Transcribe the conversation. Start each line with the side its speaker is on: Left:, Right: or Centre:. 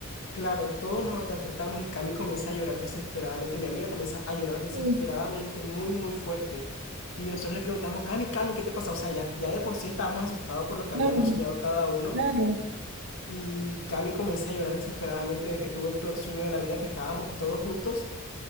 Left: Claro, todos nos despertamos y Cami comienza a llorar desesperadamente. Mi amiga comienza a llorar desesperadamente,
Right: Sí,
Left: muy, muy fuerte. Y nosotros le preguntamos, Cami, Cami, ¿qué te pasa? O sea, ya, ya de por sí estábamos asustados por lo que
Right: claro,
Left: habíamos soñado cada uno.
Right: claro.
Left: Y Cami comienza a llorar desesperadamente de que tuvo el peor sueño de la vida, que estábamos todos juntos